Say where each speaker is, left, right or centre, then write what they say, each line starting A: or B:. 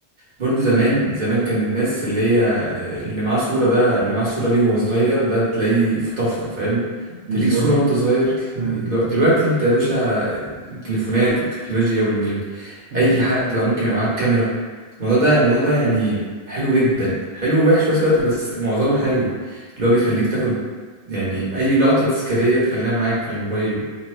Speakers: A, on the right; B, on the right.
A: برضو زمان زمان كان الناس اللي هي اللي معاه صورة ده اللي معاه صورة ليه وهو صغير ده تلاقيه في طفرة فاهم انت
B: بالظبط
A: ليك صورة وانت صغير
B: مم.
A: دلو- دلوقتي انت يا باشا التليفونات والتكنولوجيا وان ال...
B: مم.
A: اي حد بقى ممكن يبقى معاه كاميرا الموضوع ده الموضوع ده يعني حلو جدا حلو ووحش في نفس الوقت بس معظمه حلو اللي هو بيخليك تاخد يعني اي لقطة تذكارية تخليها معاك على الموبايل